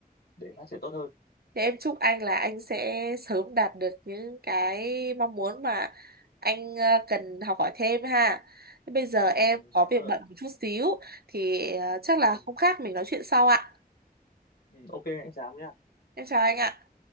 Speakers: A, on the left; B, on the right.
A: để phát triển tốt hơn
B: Thế em chúc anh là anh sẽ sớm đạt được những cái mong muốn mà anh ờ, cần học hỏi thêm ha. Thế Bây giờ em
A: ừ, ừ,
B: có
A: cảm
B: việc
A: ơn
B: bận một chút xíu thì ờ, chắc
A: ừ,
B: là không khác mình nói chuyện sau ạ.
A: ừ, ok anh Trám nhé
B: Em chào anh ạ.